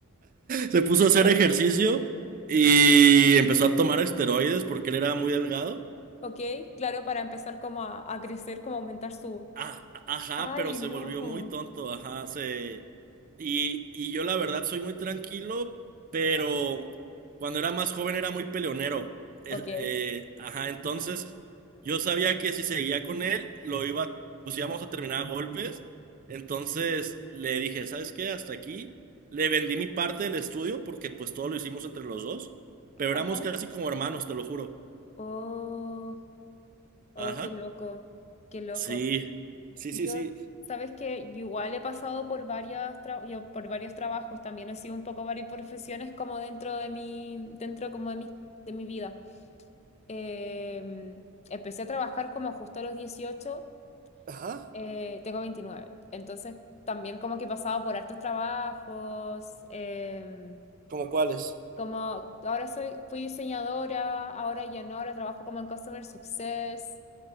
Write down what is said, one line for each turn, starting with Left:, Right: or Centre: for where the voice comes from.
Right: Se puso a hacer ejercicio y empezó a tomar esteroides porque él era muy delgado.
Left: Ok, claro, para empezar como a, a crecer, como aumentar su...
Right: Ah, ajá,
Left: Ay,
Right: pero se
Left: no.
Right: volvió muy tonto, ajá, se... Y, y yo la verdad soy muy tranquilo, pero cuando era más joven era muy peleonero. Es-
Left: Ok.
Right: eh, ajá, entonces yo sabía que si seguía con él, lo iba, pues íbamos a terminar a golpes. Entonces le dije, ¿sabes qué? Hasta aquí. Le vendí mi parte del estudio porque pues todo lo hicimos entre los dos, pero
Left: Ajá.
Right: éramos casi como hermanos, te lo juro.
Left: Oh, oh,
Right: Ajá.
Left: qué loco. Qué loco.
Right: Sí. Sí,
Left: Yo,
Right: sí, sí.
Left: sabes que igual he pasado por varias tra- yo por varios trabajos, también he sido un poco varias profesiones como dentro de mi, dentro como de mi, de mi vida. Eh, empecé a trabajar como justo a los 18,
Right: Ajá.
Left: eh, tengo 29, entonces también como que he pasado por hartos trabajos, eh,
Right: ¿Cómo cuáles?
Left: como ahora soy, fui diseñadora, ahora ya no, ahora trabajo como en Customer Success.